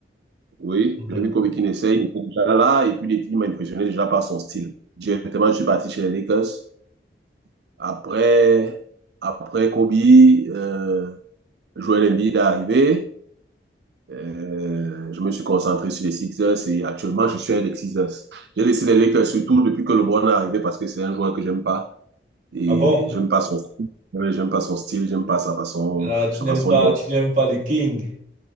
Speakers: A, on the right; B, on the right.
A: Oui,
B: Mhm.
A: j'ai vu Kobe Keane essaye, il était déjà là, et puis il m'a impressionné déjà par son style. Directement, je suis parti chez les Lakers. Après, après Kobe, euh, Joel Embiid est arrivé. Euh, je me suis concentré sur les Sixers et actuellement, je suis avec les Sixers. J'ai laissé les Lakers surtout depuis que LeBron est arrivé parce que c'est un joueur que j'aime pas et
B: Ah bon?
A: j'aime pas son style. Ouais, J'aime pas son style, j'aime pas sa façon,
B: Ah, tu
A: sa
B: n'aimes
A: façon
B: pas,
A: d'être.
B: tu n'aimes pas les Kings,